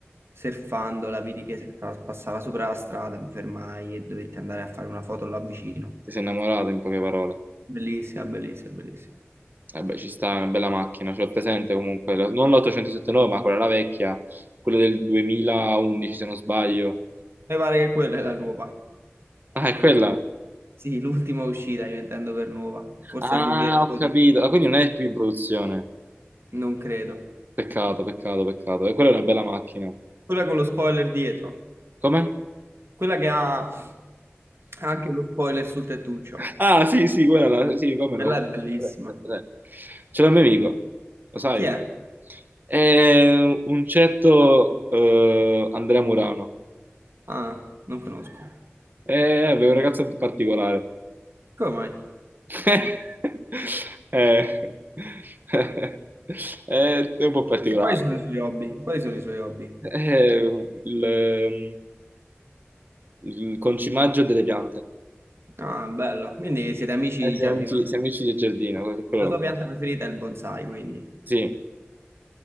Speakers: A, on the right; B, on the right.
A: surfando, la vidi che se- fa- passava sopra la strada, mi fermai e dovetti andare a fare una foto là vicino.
B: Ti sei innamorato in poche parole.
A: Bellissima, bellissima, bellissima.
B: Eh beh, ci sta, è una bella macchina, ce l'ho presente comunque. La- Non l'879, ma quella la vecchia, quella del 2011 se non sbaglio.
A: Mi pare che quella è la nuova.
B: Ah, è quella.
A: Sì, l'ultima uscita, io intendo per nuova. Forse
B: Ah,
A: il 2012,
B: ho capito. Ah, quindi non è più in produzione.
A: non credo.
B: Peccato, peccato, peccato. E quella è una bella macchina.
A: Quella con lo spoiler dietro,
B: Come?
A: quella che ha anche lo spoiler sul tettuccio.
B: Ah, sì, sì, quella, la- sì, come
A: Quella
B: no.
A: è bellissima.
B: Presente, presente. Ce l'ho un mio amico, lo sai?
A: Chi è?
B: È un certo eh, Andrea Murano.
A: Ah, non conosco.
B: È un ragazzo particolare.
A: Come mai?
B: <laughs> Eh, eh, eh, È un po' particolare.
A: E quali sono i suoi hobby? Quali sono i suoi hobby?
B: È il, il concimaggio delle piante.
A: Ah, bello. Quindi siete amici
B: Eh,
A: di
B: siamo
A: giardinaggio.
B: amici, siamo amici del giardino, per quello
A: La
B: lo
A: tua pianta
B: conosco.
A: preferita è il bonsai, quindi.
B: Sì,